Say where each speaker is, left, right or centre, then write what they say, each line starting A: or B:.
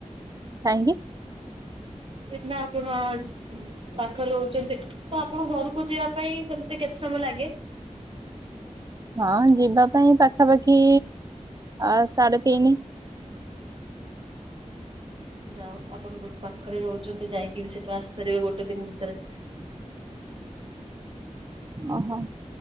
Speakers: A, on the right (about 30°); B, on the right (about 45°).
A: କାହିଁକି?
B: ଇତନା ଆପଣ ପାଖରେ ରହୁଚନ୍ତି ତ ଆପଣଙ୍କ ଘରୁକୁ ଯିବା ପାଇଁ ସେମତି କେତେ ସମୟ ଲାଗେ?
A: ହଁ ଯିବା ପାଇଁ ପାଖାପାଖି ଆଉ ସାଢେ ତିନି
B: ଯାଉ ଆପଣ ବୋହୁତ ପାଖରେ ରହୁଚନ୍ତି ଯାଇକି ବି ସେଠୁ ଆସିପାରିବେ ଗୋଟେ ଦିନ ଭିତରେ।
A: ଓହୋ